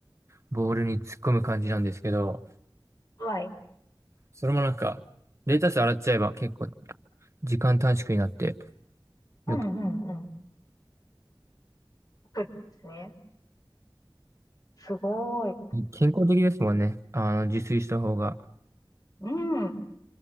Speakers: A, on the right; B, on the left.
A: ボウルに突っ込む感じなんですけど、
B: はい。
A: それもなんか、レタス洗っちゃえば結構時間短縮になって、よく、
B: うんうんうん。作るんですね。すごい。
A: 健康的ですもんね。あの、自炊した方が、
B: うん。